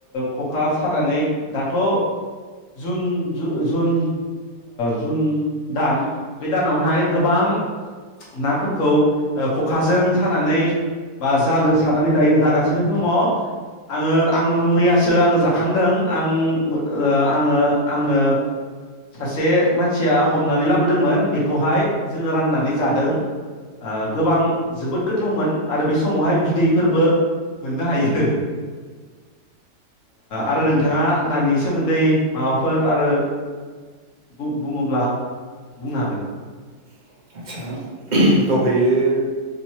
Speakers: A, on the left; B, on the right.
A: खखा सानानै दाथ' जुन जुन जुन दान बे दानावहाय गोबां नाफोरखौ ओ ख'खाजों सानानै बा जालजों सानानै दायो जागासिनो दङ' आङो आङो मैयासो आङो जाखांदों आं मो ओ आङो आंनो सासे मानसिया ह हमनानै लाबोदोंमोन बेखौहाय जोङो राननानै जादों गोबां जोबोद गो गोथावमोन आरो बे समावहाय बिदैफोरबो मोननो हायो आरो नोंथाङा नानि सोमोन्दै माबाफोर आरो बुङोब्ला
B: आतसा
A: बुंनो हागोन
B: <unintelligible> बेयो